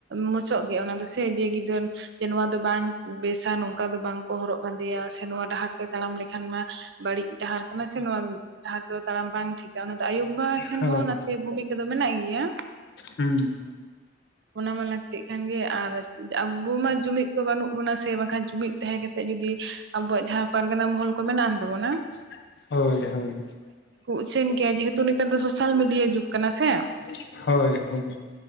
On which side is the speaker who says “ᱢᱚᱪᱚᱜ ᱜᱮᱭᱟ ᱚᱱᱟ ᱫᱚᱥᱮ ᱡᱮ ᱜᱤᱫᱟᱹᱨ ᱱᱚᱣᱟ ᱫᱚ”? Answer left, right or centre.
Right